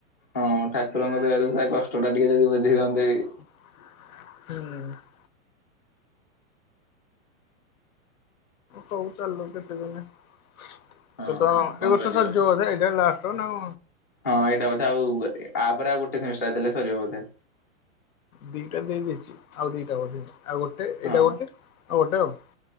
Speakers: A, on the left; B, on the left.
A: ହଁ ଠାକୁରଙ୍କ ଦୟାରୁ ସେ କଷ୍ଟ ଟା ଟିକେ ଯଦି ବୁଝି ଦଅନ୍ତି ବି
B: <inaudible> ହୁଁ ହଉ, ଚାଲୁ କେତେ ଦିନ <inaudible> ଏ ତ,
A: ହଁ
B: ଏ
A: ଆଉ କଣ
B: ବର୍ଷ
A: କରିବ
B: ଚାଲିଚି
A: ଭାଇ।
B: ବୋଧେ, ଏଇଟା ଲାଷ୍ଟ ନଁ
A: ହଁ, ଏଇଟା ବୋଧେ ଆଉ, ଆପରେ ଆଉ ଗୋଟେ ସେମିଷ୍ଟଟାର ଦେଲେ ସରିବ ବୋଧେ
B: ଦିଟା ଦେଇଦେଇଚି, ଆଉ ଦିଟା ବଧେ, ଆଉ ଗୋଟେ, ଏଇଟା
A: ହଁ
B: ଗୋଟେ, ଆଉ ଗୋଟେ ଆଉ